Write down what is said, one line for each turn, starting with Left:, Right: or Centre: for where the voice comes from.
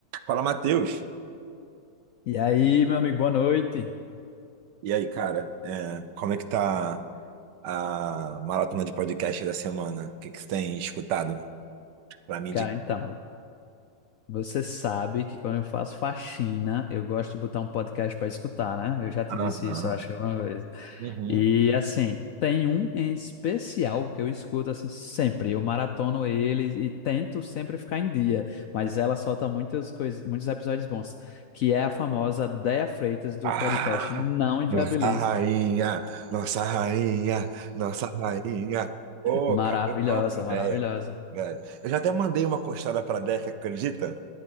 Right: Fala, Matheus.
Left: E aí, meu amigo, boa noite.
Right: E aí, cara, é, como é que tá a maratona de podcast da semana? O que que você tem escutado pra mim
Left: Cara,
Right: de...
Left: então, você sabe que quando eu faço faxina, eu gosto de botar um podcast para escutar, né? Eu já te
Right: Aham.
Left: disse isso, eu acho, uma vez.
Right: Uhum.
Left: E assim, tem um em especial que eu escuto assim sempre. Eu maratono ele e tento sempre ficar em dia, mas ela solta muitas coisas, muitos episódios bons, que é a famosa Déia Freitas do
Right: Ah,
Left: podcast Não Inviabilize.
Right: nossa rainha, nossa rainha, nossa rainha. Ô,
Left: Maravilhosa,
Right: cara, eu amo ideia,
Left: maravilhosa.
Right: velho. Eu já até mandei uma costada pra Décia, acredita?